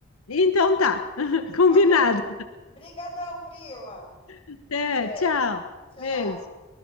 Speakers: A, on the left; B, on the left.
A: Então tá, <laughs> combinado.
B: Tá bom? Brigadão, prima.
A: Até,
B: Beijo.
A: tchau.
B: Tchau.
A: Beijo.